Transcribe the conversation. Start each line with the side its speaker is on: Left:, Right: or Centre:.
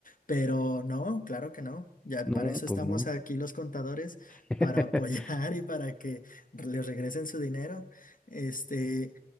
Left: Pero no, claro que no, ya
Centre: No,
Left: para eso
Centre: pues
Left: estamos
Centre: no.
Left: aquí los contadores,
Centre: <laughs>
Left: para apoyar <laughs> y para que les regresen su dinero. Este,